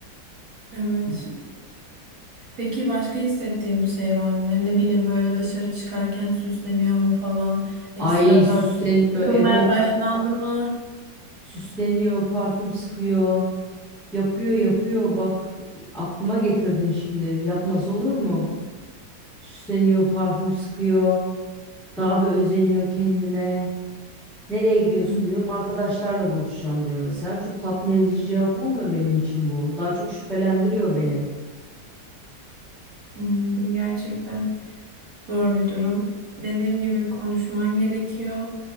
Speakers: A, on the right; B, in the centre.
A: Evet. Peki başka hissettiğin bir şey var mı? Ne bileyim böyle dışarı çıkarken süsleniyor mu falan? Ekstra
B: Ay
A: parfüm
B: süsleniyor,
A: sıkılmaya
B: evet
A: başlandı mı?
B: süsleniyor, parfüm sıkıyor, yapıyor yapıyor bak aklıma getirdin şimdi yapmaz olur mu? Süsleniyor, parfüm sıkıyor. Daha bir özeniyor kendine. Nereye gidiyorsun
A: Hı,
B: diyorum. Arkadaşlarla buluşacağım diyor mesela. Çok tatmin edici cevap olmuyor benim için bu. Daha çok şüphelendiriyor beni.
A: anladım gerçekten. Zor bir durum. Dediğim gibi konuşman gerekiyor.